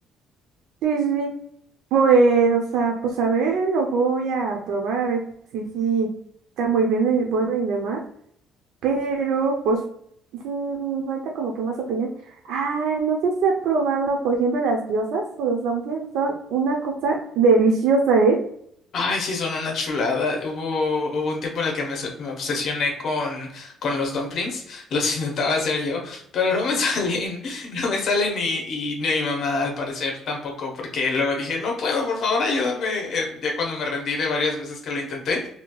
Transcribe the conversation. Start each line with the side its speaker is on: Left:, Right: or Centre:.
Right: Sí, sí, sí. Pues, o sea, pues a ver, lo voy a probar, a ver si sí está muy bien y bueno y demás, pero pues sí, me falta como que más opinión. Ah, no sé si he probado, por ejemplo, las diosas o los dumplings son una cosa deliciosa, ¿eh?
Left: Ay, sí, son una chulada. Hubo, hubo un tiempo en el que me, se- me obsesioné con, con los dumplings. Los <laughs> intentaba hacer yo, pero no me <laughs> salen, no me salen y, y ni mi mamá al parecer tampoco, porque luego dije, no puedo, por favor, ayúdame. eh, Ya cuando me rendí de varias veces que lo intenté.